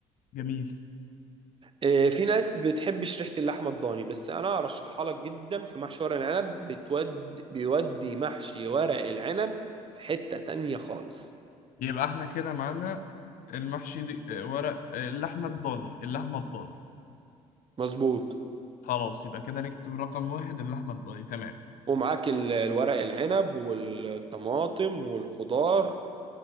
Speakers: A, on the left; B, on the right.
A: جميل
B: آه، في ناس بتحبش ريحة اللحمة الضاني بس أنا أرشحها لك جدا في محشي ورق العنب بتود... بيودي محشي ورق العنب في حتة تانية خالص
A: يبقى احنا كده معانا المحشي دي آه، ورق آه، اللحمة الضاني اللحمة الضاني
B: مظبوط
A: خلاص يبقى كده نكتب رقم واحد اللحمة الضاني تمام
B: ومعاك ال- الورق العنب والطماطم والخضار